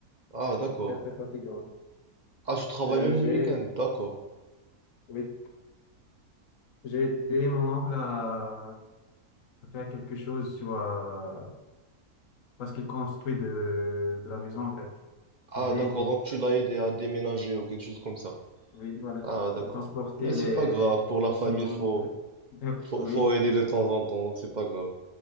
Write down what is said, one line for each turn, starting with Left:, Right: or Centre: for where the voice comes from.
Right: Ah d'accord.
Left: C'est très, très fatigant.
Right: Ah, tu travailles
Left: Euh,
Right: même
Left: j'ai,
Right: le week-end, d'accord.
Left: oui, j'ai aidé mon oncle à, à faire quelque chose sur, euh, parce qu'il construit de, de la maison, en fait.
Right: Ah
Left: Je l'ai
Right: d'accord,
Left: aidé.
Right: donc tu l'as aidé à déménager ou quelque chose comme ça.
Left: Oui, voilà.
Right: Ah d'accord.
Left: Et transporter
Right: Mais c'est
Left: les,
Right: pas grave, pour
Left: les
Right: la famille,
Left: ciments,
Right: faut,
Left: oui. <laughs>
Right: faut,
Left: Oui,
Right: faut aider de temps en temps, donc c'est pas grave.